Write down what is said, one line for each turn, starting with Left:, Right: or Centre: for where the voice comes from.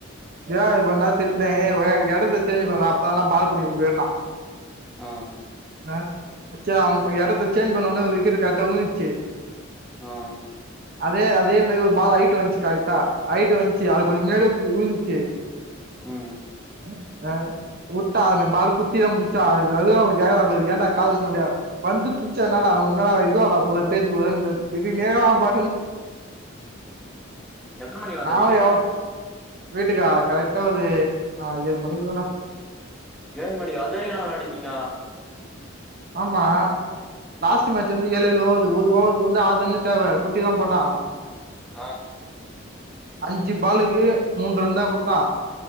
Right: ஏ இப்டி பண்ண திட்னே ஏ இடத்த சேஞ்சு பண்ணலா அப்பதாண்டா பால் புடிக்க முடியுனா
Centre: ஆ
Right: ஆ இடத்த சேஞ்ச் பண்ண உடனே ஒரு விக்கெட் கரெக்டா உந்துச்சு
Centre: ஆ
Right: அதே அதே மாரி ஒரு பால் ஐட்டு வந்ச்சு கரெக்டா ஐட்டு வந்ச்சு அது முன்னாடியே உழுந்ச்சு
Centre: ம்
Right: ம் நானு உட்டா அவனுங்க பால குத்திதா புட்ச்சா அது வெலயு அவ கேக்கறா பாரு ஏன்டா காலூஸ் மண்டயா வந்து புட்ச்சா என்னாடா ஆவு என்னாடா இதுவாடா போ தேஞ்சு போது த திட்டினே இருக்கா அவ பாட்டுனு
Centre: எத்தன மணிக்கு வந்த
Right: நாலா
Centre: வீட்டுக்கு
Right: எவ் வீட்டுக்கா கரெக்ட்டா ஒரு ஆ ஏழு <unintelligible>
Centre: ஏழு மணிக்கா அதரி ன்னா விளாண்டிர்ந்திங்க
Right: ஆமா லாஸ்ட் மேட்ச் வந்து ஏழு ஏழு ஓவது ஒது ஓவது வந்து ஆதுன்னு தேவ குட்டி தா போட்டா
Centre: ஆ
Right: அஞ்சு பாலுக்கு மூன்று ரன் தா குட்த்தா